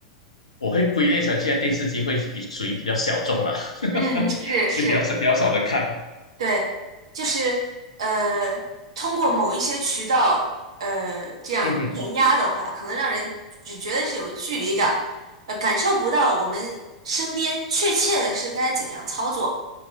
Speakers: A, on the left; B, on the right.
A: 我会归类成现在电视机会比属于比较小众啦，<laughs>
B: 嗯，是是，
A: 也比较少比较少的看。
B: 对，就是呃通过某一些渠道呃这样填压的话，
A: 嗯哼，
B: 可能让人只觉得是有距离感，呃感受不到我们身边确切的是该怎样操作。